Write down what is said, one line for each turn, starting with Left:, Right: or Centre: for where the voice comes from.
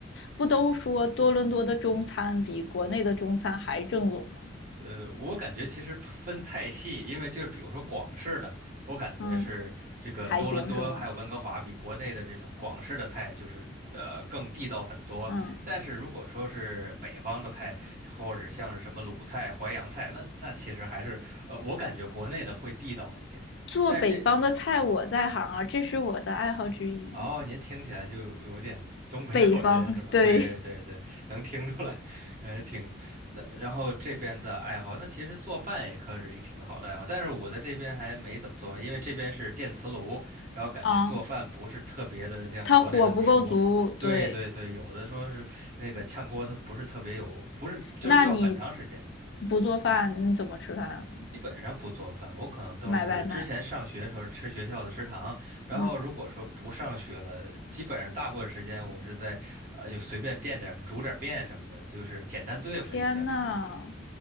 Left: 不都说多伦多的中餐比国内的中餐还正宗吗？
Right: 呃，我感觉其实分菜系，因为就是比如说广式的，我感觉是这个多伦多还有温哥华比国内的这种广式的菜就是呃更地道很多。
Left: 嗯，还行是吗？嗯，
Right: 但是如果说是北方的菜，或者像是什么鲁菜、淮扬菜，那那其实还是呃我感觉国内的会地道一点。
Left: 做北方的菜我在行啊，
Right: 但是这
Left: 这是我的爱好之一。
Right: 哦，您听起来就有点东北口音是吧？
Left: 北方，对
Right: 对对对，能听出来，感觉挺那。然后这边的爱好，那其实做饭也可是一个挺好的爱好，但是我在这边还没怎么做饭，因为这边是电磁炉，然后感觉做饭不是特别的像国内那么舒服。
Left: 啊，它火不够足，
Right: 对对对，
Left: 对。
Right: 有的说是那个炝锅，它不是特别有，不是就是要很长时间。
Left: 那你不做饭，你怎么吃饭啊？
Right: 基本上不做饭，我可能都是之前上学的时候吃学校的食堂，
Left: 买外卖。
Right: 然后如果说不上学了，
Left: 嗯，
Right: 基本上大部分时间我是在，呃，就随便垫点儿什么，煮点儿面什么的，就是简单对付一点儿。
Left: 天呐，